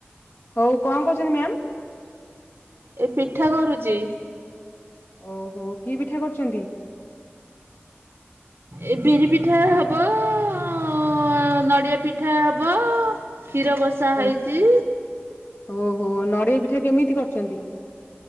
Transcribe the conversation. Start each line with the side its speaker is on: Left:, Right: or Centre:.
Left: ହଉ କଣ କରହୁଛନ୍ତି ମ୍ୟାମ୍?
Right: ଏ ପିଠା କରୁଛି।
Left: ଓହୋ କି ପିଠା କରୁଛନ୍ତି?
Right: ଏ ବିରି ପିଠା ହବ ଅ ଅ ନଡ଼ିଆ ପିଠା ହବ କ୍ଷୀର ବସା ହେଇଛି।
Left: ଓ ଓହୋ, ନଡ଼ିଆ ପିଠା କେମିତି କରିଛନ୍ତି?